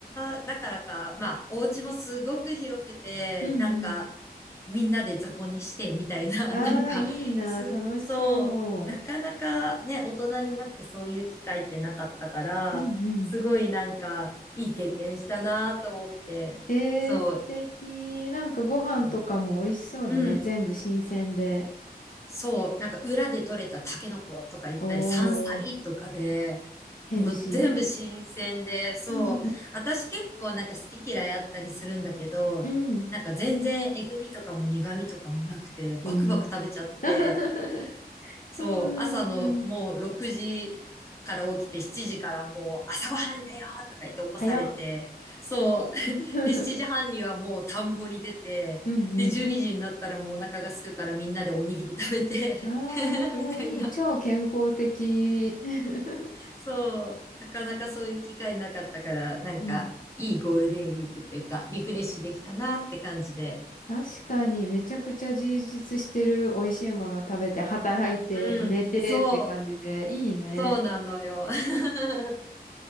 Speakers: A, on the left; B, on the left.
A: 舎だからか、まあお家もすごく広くて、
B: うんうん。
A: なんかみんなで雑魚寝してみたいな、
B: ああ、
A: <laughs> なんか、
B: いいな、
A: す、
B: 楽しそ
A: そう、なかなかね、大人になってそういう機会ってなかったから、
B: う。うんうん。
A: すごいなんかいい経験したなと思って、
B: えー、
A: そう、
B: 素敵。なんかご飯とかも美味しそうだね。
A: そううん。
B: 全部新鮮で。
A: そう、なんか裏で採れたタケノコとか言ったり、
B: お
A: 山菜とかで、
B: ー、ヘルシ
A: もう全部新鮮で、そう。
B: ーうん
A: 私結構なんか好き嫌いあったりするんだけど、
B: うんうん。
A: なんか全然えぐみとかも苦みとかもなくて、バクバク食べちゃって、
B: えー。<laughs> そうなんだ。
A: そう、朝のもう6時から起きて7時からもう朝ごはんだよとか言って起こされて、
B: 早っ。
A: そう。<laughs>
B: <laughs>
A: で、7時半にはもう田んぼに出て、
B: うんうん。
A: で、12時にじになったらもうお腹が空くからみんなでおにぎり食べて
B: ああ、
A: <laughs> みたいな。
B: いい。超健康的。<laughs>
A: そう。なかなかそういう機会なかったから、なんかいいゴールデンウィークっていうか、
B: うん
A: リフレッシュできたなって感じで。
B: 確かにめちゃくちゃ充実してる美味しいもの食べて働いて寝てって感じでいいね。
A: うん。そう。そうなのよ。<laughs>